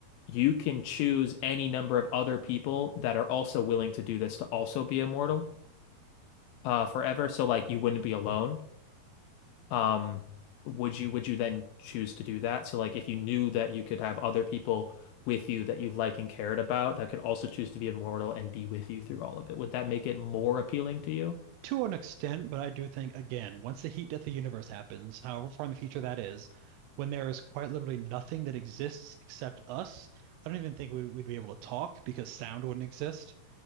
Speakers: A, on the left; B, on the right.
A: you can choose any number of other people that are also willing to do this to also be immortal uh, forever. So like you wouldn't be alone. um would you would you then choose to do that? So like if you knew that you could have other people with you that you like and cared about that could also choose to be immortal and be with you through all of it, would that make it more appealing to you?
B: to an extent, but I do think, again, once the heat death of the universe happens, however far in the future that is, when there is quite literally nothing that exists except us, I don't even think we, we'd be able to talk because sound wouldn't exist.